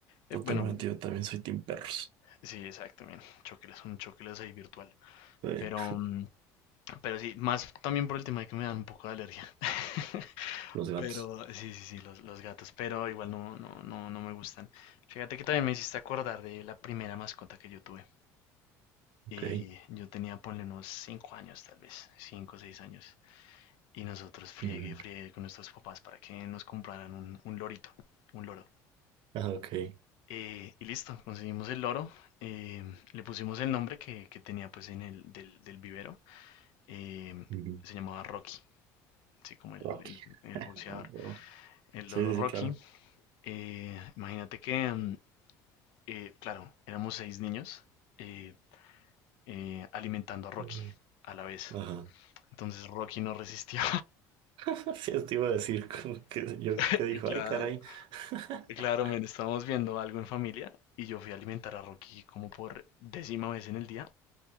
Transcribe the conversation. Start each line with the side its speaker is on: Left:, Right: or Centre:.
Left: Eh,
Right: totalmente.
Left: bueno,
Right: Yo también soy team perros.
Left: sí, exacto, bien. Chocles, un chocles ahí virtual.
Right: Sí,
Left: Pero, mm, pero sí, más también por el tema de que me dan un poco de alergia. <laughs>
Right: los gatos.
Left: Pero sí, sí, sí, los, los gatos. Pero igual no, no, no, no me gustan. Fíjate que también me hiciste acordar de la primera mascota que yo tuve. Y
Right: Ok.
Left: yo tenía, ponle unos 5 años, tal vez, 5, o 6 años. Y nosotros friegue
Right: Ujú.
Left: y friegue con nuestros papás para que nos compraran un, un lorito, un loro.
Right: Ah, ok.
Left: Eh, y listo, conseguimos el loro. eh, le pusimos el nombre que, que tenía pues en el del, del vivero. eh,
Right: Ujú.
Left: se llamaba Rocky, así como el,
Right: Rocky.
Left: el- el
Right: <laughs>
Left: boxeador,
Right: Ah, bro.
Left: el
Right: Sí,
Left: loro
Right: sí,
Left: Rocky.
Right: sí, claro.
Left: Eh, imagínate que, mm, eh, claro, éramos seis niños eh, eh, alimentando a Rocky
Right: Ok.
Left: a la vez.
Right: Ajá.
Left: Entonces Rocky no resistió.
Right: <laughs> Sí, te iba a decir, <laughs> como que yo
Left: <laughs>
Right: creo que dijo,
Left: Y claro,
Right: ay, caray. <laughs>
Left: claro, men, estábamos viendo algo en familia y yo fui a alimentar a Rocky como por décima vez en el día